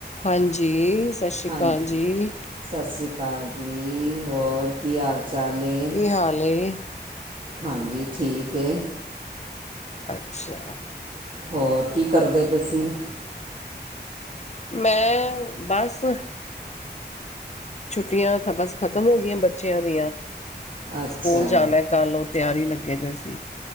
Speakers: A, on the left; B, on the right.
A: ਹਾਂਜੀ, ਸਤਿ ਸ਼੍ਰੀ
B: ਹਾਂਜੀ
A: ਅਕਾਲ ਜੀ।
B: ਸਤਿ ਸ਼੍ਰੀ ਅਕਾਲ ਜੀ, ਹੋਰ ਕੀ ਹਾਲ ਚਾਲ ਏ?
A: ਕੀ ਹਾਲ ਏ?
B: ਹਾਂਜੀ ਠੀਕ ਏ।
A: ਅੱਛਾ।
B: ਹੋਰ ਕੀ ਕਰਦੇ ਪਏ ਸੀ?
A: ਮੈਂ ਬਸ ਛੁੱਟੀਆਂ ਤਾਂ ਬਸ ਖਤਮ ਹੋ ਗਈਆਂ ਬੱਚਿਆਂ ਦੀਆਂ।
B: ਅੱਛਾ
A: ਸਕੂਲ ਜਾਣਾ ਕੱਲ ਨੂੰ ਤਿਆਰੀ ਲੱਗੇ ਦੇ ਸੀ।